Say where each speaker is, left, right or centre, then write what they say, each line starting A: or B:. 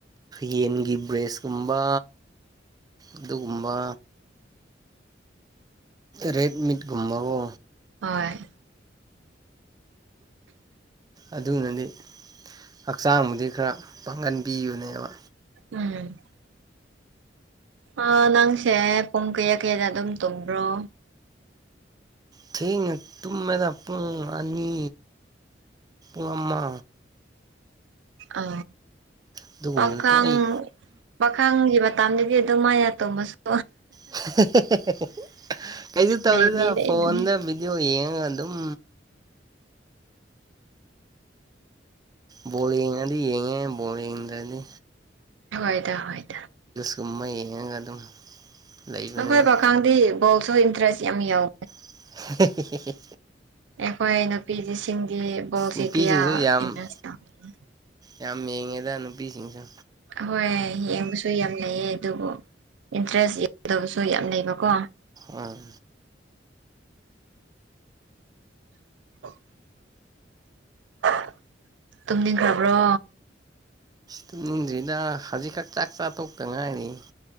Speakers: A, on the right (about 20°); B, on the right (about 85°).
A: ꯌꯦꯟꯒꯤ ꯕ꯭ꯔꯦꯁꯀꯨꯝꯕ ꯑꯗꯨꯒꯨꯝꯕ ꯔꯦꯠꯃꯤꯠꯒꯨꯝꯕꯕꯣ
B: ꯍꯣꯏ
A: ꯑꯗꯨꯅꯗꯤ ꯍꯛꯆꯥꯡꯕꯨꯗꯤ ꯈꯔ ꯄꯥꯡꯒꯟꯄꯤꯕꯅꯦꯕ꯫
B: ꯎꯝ ꯑ ꯅꯪꯁꯦ ꯄꯨꯡ ꯀꯌꯥ ꯀꯌꯥꯗ ꯑꯗꯨꯝ ꯇꯨꯝꯕ꯭ꯔꯣ?
A: ꯊꯦꯡꯅ ꯇꯨꯝꯃꯦꯗꯥ ꯄꯨꯡ ꯑꯅꯤ ꯋꯥꯃ
B: ꯑ
A: ꯑꯗꯨꯒꯨꯝꯕꯗꯨ
B: ꯄꯥꯈꯪ
A: ꯑꯩ
B: ꯄꯥꯈꯪꯒꯤ ꯃꯇꯝꯗꯗꯤ ꯑꯗꯨꯃꯥꯏ ꯇꯣꯝꯕꯁ
A: <unintelligible> ꯀꯩꯁꯨ ꯇꯧꯔꯤꯗ
B: ꯂꯩꯗꯤ ꯂꯩꯕꯅꯤ
A: ꯐꯣꯟꯗ ꯚꯤꯗꯤꯑꯣ ꯌꯦꯡꯉꯒ ꯑꯗꯨꯝ ꯕꯣꯜ ꯌꯦꯉꯗꯤ ꯌꯦꯉꯦ ꯕꯣꯜ ꯌꯦꯡꯗꯔꯗꯤ
B: <unintelligible>
A: ꯀꯨꯝꯃꯩ ꯍꯦꯡ ꯑꯗꯨꯝ ꯂꯩꯕꯅꯤꯅ
B: ꯅꯈꯣꯏ ꯄꯈꯪꯗꯤ ꯕꯣꯜ ꯁꯨ ꯏꯟꯇꯔꯦꯁ ꯌꯥꯝ ꯌꯥꯎ
A: <unintelligible>
B: ꯑꯩꯈꯣꯏ ꯅꯨꯄꯤꯖꯤꯁꯤꯡꯗꯤ ꯕꯣꯜꯁꯤ
A: ꯅꯨꯄꯤꯁꯤꯡꯁꯨ
B: ꯀꯌꯥ
A: ꯌꯥꯝ
B: ꯏꯟꯇꯔꯦꯁ <unintelligible>
A: ꯌꯥꯝ ꯌꯦꯡꯉꯦꯗ ꯅꯨꯄꯤꯁꯤꯡꯁꯨ
B: ꯍꯣꯏ ꯌꯦꯡꯕꯁꯨ ꯌꯥꯝ ꯂꯩꯌꯦ ꯑꯗꯨꯕꯨ ꯏꯟꯇꯔꯦꯁ ꯌꯥꯎꯗꯕꯁꯨ ꯌꯥꯝ ꯂꯩꯕꯀꯣ꯫
A: ꯎꯝ
B: <unintelligible> <unintelligible> ꯇꯨꯝꯅꯤꯡꯈ꯭ꯔꯕ꯭ꯔꯣ?
A: ꯇꯨꯝꯅꯤꯡꯗ꯭ꯔꯤꯗ ꯍꯧꯖꯤꯛꯈꯛ ꯆꯥꯛꯆꯥꯇꯣꯛꯇ ꯉꯥꯏꯔꯤ꯫